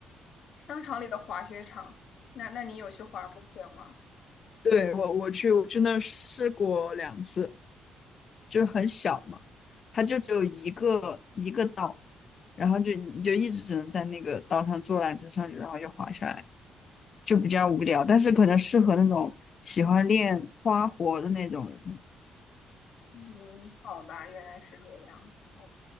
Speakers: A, on the left (about 65°); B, on the left (about 45°).
A: 商场里的滑雪场，那那你有去滑过雪吗？
B: 对，我我去我去那儿试过两次，就是很小嘛，它就只有一个一个岛，然后就你就一直只能在那个岛上坐缆车上去，然后又滑下来，就比较无聊。但是可能适合那种喜欢练花活的那种人。
A: 嗯，好吧，原来是这样。OK。